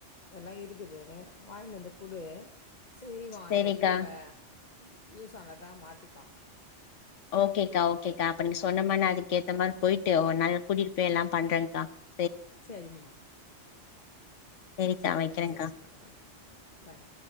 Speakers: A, on the left; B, on the left.
A: இதெல்லா இருக்குது வாங்கினு வந்து குடு செய்வான்
B: சரிக்கா
A: இந்த லீவ யூ யூஸ் ஆனதா மாத்திப் ப்பா
B: ஓகேக்கா ஓகேக்கா அப்ப நீங்க சொன்ன மார் நா அதுக்கு ஏத்த மார் போய்ட்டு ஒரு நாள் கூட்டிட்டு போய்ல்லா பண்றேன்க்கா
A: செரிங்ம்மா
B: சரிக்கா
A: செர்டா
B: வைக்கிறேங்க்கா
A: செர்டா பரவால்ல ஆஹ் பாய்